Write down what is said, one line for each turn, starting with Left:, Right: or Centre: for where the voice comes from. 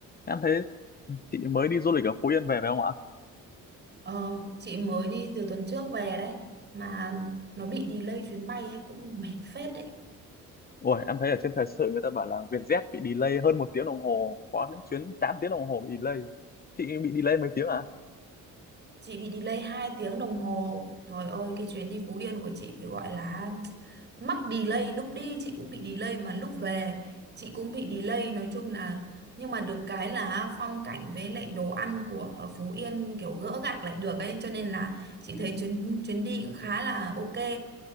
Left: Em thấy chị mới đi du lịch ở Phú Yên về phải không ạ?
Right: Ờ, chị mới đi từ tuần trước về đấy mà nó bị delay chuyến bay ấy cũng mệt phết đấy.
Left: Ôi, em thấy ở trên thời sự người ta bảo là Vietjet bị delay hơn một tiếng đồng hồ, có những chuyến 8 tiếng đồng hồ bị delay. Chị bị delay mấy tiếng à?
Right: Chị bị delay 2 tiếng đồng hồ. Trời ơi cái chuyến đi Phú Yên của chị phải gọi là <tsk> mắc delay, lúc đi chị cũng bị delay mà lúc về chị cũng bị delay, nói chung là nhưng mà được cái là phong cảnh với lại đồ ăn của Phú Yên kiểu gỡ gạc lại được ấy cho nên là chị thấy chuyến chuyến đi cũng khá là ok.